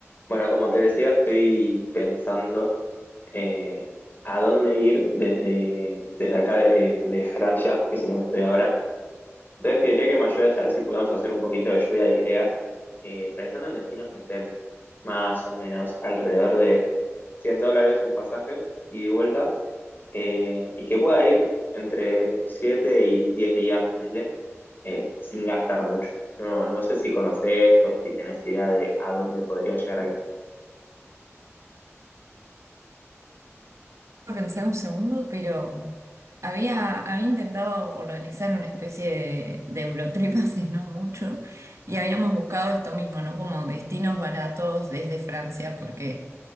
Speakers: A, on the left; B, on the right.
A: Bueno, como te decía, estoy pensando eh, a dónde ir desde, desde acá de, de Francia, que es en donde estoy ahora. Entonces quería que me ayudes a ver si podemos hacer un poquito de lluvia de ideas, eh, pensando en destinos que estén más o menos alrededor de 100 dólares un pasaje ida y de vuelta, eh, y que pueda ir entre 7 y 10 días, ponele, eh, sin gastar mucho. No, no sé si conoces o si tenés idea de a dónde podría llegar a
B: a pensar un segundo, pero había, había intentado organizar una especie de, de Eurotrip <laughs> hace no mucho y habíamos buscado esto mismo, ¿no? Como destinos baratos desde Francia, porque